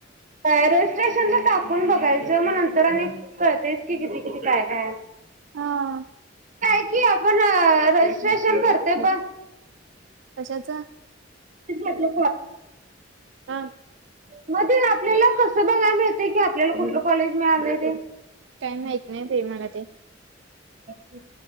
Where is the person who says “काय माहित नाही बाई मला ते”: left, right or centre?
Right